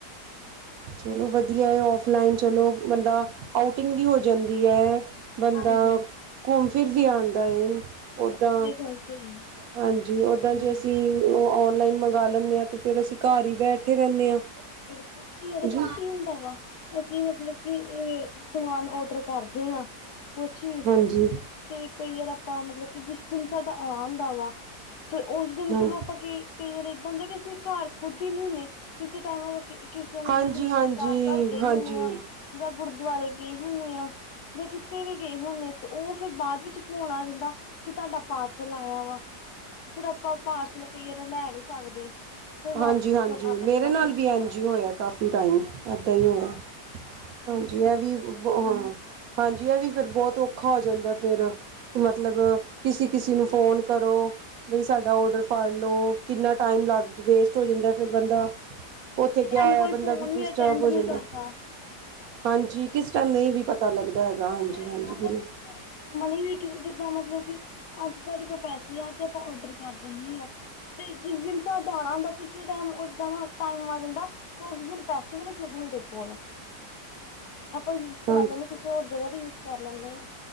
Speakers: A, on the right; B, on the left.
A: ਚਲੋ ਵਧੀਆ ਏ ਔਫਲਾਈਨ ਚਲੋ, ਬੰਦਾ ਆਊਟਿੰਗ ਵੀ ਹੋ ਜਾਂਦੀ ਏ। ਬੰਦਾ
B: ਹਾਂਜੀ
A: ਘੁੰਮ ਫਿਰ ਵੀ ਆਦਾ ਏ।
B: ਬਿਲਕੁਲ
A: ਓਦਾਂ
B: ਇਹ ਗੱਲ ਸਹੀ ਹੈ।
A: ਹਾਂਜੀ ਓਦਾਂ
B: ਹਮ।
A: ਜੇ ਅਸੀਂ ਉਹ ਔਨਲਾਈਨ ਮੰਗਵਾ ਲੈਨੇ ਹਾਂ ਤੇ ਫਿਰ ਅਸੀਂ
B: ਹਾਂਜੀ
A: ਘਰ ਹੀ ਬੈਠੇ ਰਹਿੰਣੇ ਹਾਂ।
B: ਬਿਲਕੁਲ ਕਈ ਵਾਰ
A: ਜੀ
B: ਪਤਾ ਕੀ ਹੁੰਦਾ ਵਾ ਅਸੀਂ ਮਤਲਬ ਕਿ ਇਹ ਸਮਾਨ ਓਡਰ ਕਰਦੇ ਹਾਂ ਕੁਛ ਵੀ।
A: ਹਾਂਜੀ
B: ਤੇ ਕਈ ਵਾਰ ਆਪਾਂ ਮਤਲਬ ਕਿ ਜਿਸ ਦਿਨ ਸਾਡਾ ਆਣਦਾ ਵਾ ਤੇ ਉਸ ਦਿਨ
A: ਹਾਂ
B: ਚਲੋ ਆਪਾਂ ਕੀ ਕਈ ਵਾਰ ਏਦਾਂ ਹੁੰਦਾ ਕਿ ਅਸੀਂ ਘਰ ਖੁੱਦ ਹੀ ਨਹੀਂ ਹੁੰਦੇ। ਕਿਸੇ ਟਾਈਮ ਕੀ ਕਿਸੇ ਮਤਲਬ
A: ਹਾਂਜੀ
B: ਕਿ ਰਿਸ਼ਤੇਦਾਰ
A: ਹਾਂਜੀ
B: ਘਰ ਗਏ
A: ਹਾਂਜੀ
B: ਹੁਣੇ ਆ। ਜਾਂ ਗੁਰਦੁਆਰੇ ਗਏ ਹੁਨੇ ਆ ਜਾਂ ਕਿਤੇ ਵੀ ਗਏ ਹੁੰਨੇ ਤਾਂ ਉਹ ਫਿਰ ਬਾਅਦ ਵਿੱਚ ਫੋਣ ਆ ਜਾਂਦਾ ਕਿ ਤੁਹਾਡਾ ਪਾਰਸਲ ਆਇਆ ਵਾ। ਫਿਰ ਆਪਾਂ ਪਾਰਸਲ ਕਈ ਵਾਰ ਲੈ ਨੀ ਸਕਦੇ। ਫਿਰ
A: ਹਾਂਜੀ-ਹਾਂਜੀ।
B: ਵਾਪਿਸ ਕਰਨਾ ਪੈਂਦਾ
A: ਮੇਰੇ ਨਾਲ
B: ਕਈ
A: ਵੀ
B: ਵਾਰ
A: ਐਂਜ ਹੀ ਹੋਇਆ ਕਾਫੀ ਟਾਈਮ ਏਦਾਂ ਹੀ ਹੋਇਆ। ਹਾਂਜੀ, ਇਹ ਵੀ ਹਾਂ ਹਾਂਜੀ ਇਹ ਵੀ ਫਿਰ ਬਹੁਤ ਔਖਾ ਹੋ ਜਾਂਦਾ ਫਿਰ। ਮਤਲਬ ਕਿਸੀ-ਕਿਸੀ ਨੂੰ ਫੋਨ ਕਰੋ। ਬਾਈ ਸਾਡਾ ਓਡਰ ਫੜ ਲੋ ਕਿੰਨਾਂ ਟਾਈਮ ਲੱਗ ਵੇਸਟ ਹੋ ਜਾਂਦਾ। ਫਿਰ ਬੰਦਾ
B: ਕਿਸੇ
A: ਉੱਥੇ ਗਿਆ
B: ਟਾਈਮ
A: ਹੋਇਆ
B: ਕੋਈ
A: ਬੰਦਾ
B: ਫੋਨ
A: ਵੀ ਡਿਸਟਰਬ
B: ਅਟੈਂਡ
A: ਹੋ
B: ਨਹੀਂ
A: ਜਾਂਦਾ।
B: ਕਰਦਾ।
A: ਹਾਂਜੀ, ਕਿਸ ਟਾਈਮ ਨਹੀਂ ਵੀ ਪਤਾ ਲੱਗਦਾ ਹੈਗਾ
B: ਕਈ
A: ਹਾਂਜੀ-ਹਾਂਜੀ
B: ਵਾਰ ਏਦਾਂ ਹੁੰਦਾ
A: ਬ
B: ਕਿ ਫਿਰ ਮਨੀ ਵੀ ਕੀ ਜਿੱਦਾਂ ਮਤਲਬ ਕਿ ਅੱਜ ਸਾਡੇ ਕੋਲ ਪੈਸੇ ਆ ਅੱਜ ਆਪਾਂ ਓਡਰ ਕਰ ਦੇਣੇ ਆ। ਤੇ ਜਿਸ ਦਿਨ'ਚ ਜਾਣਾ ਹੁੰਦਾ ਕਿਸੇ ਟਾਈਮ ਏਦਾਂ ਦਾ ਟਾਈਮ ਆ ਜਾਂਦਾ। ਉਸ ਦਿਨ ਪੈਸੇ ਵੀ ਨੀ ਸੀ ਹੁੰਦੇ ਕੋਲ।
A: <inaudible>
B: ਆਪਾਂ ਯੂਜ ਕਰ
A: ਹਾਂਜੀ
B: ਲੈਂਦੇ ਹਾਂ ਕਿਸੇ ਹੋਰ ਜਗ੍ਹਾ ਦਾ ਯੂਜ ਕਰ ਲੈਣੇ ਆ।